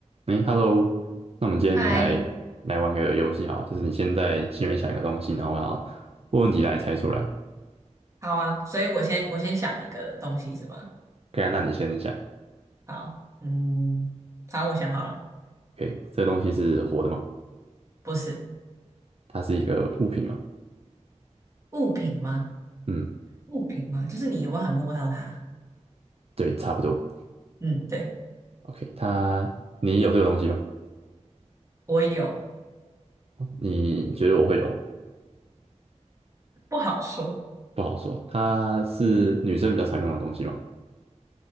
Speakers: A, on the right; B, on the right.
A: 哎，Hello，那我们今天来来玩个游戏哈，
B: 嗨，
A: 就是你先在心里面想一个东西，然后我要问问题来猜出来。
B: 好啊，所以我先我先想一个东西是吧？
A: 可以啊，那你先想。
B: 好，嗯，好，我想好了，
A: OK，这个东西是活的吗？
B: 不是
A: 它是一个物品吗？
B: 物品吗？
A: 嗯，
B: 物品吗？就是你有办法摸到它。
A: 对，差不多。
B: 嗯，对，
A: OK，它你有这个东西吗？
B: 我有，
A: 你觉得我会有吗？
B: 不好说。
A: 不好说。它是女生比较常用的东西吗？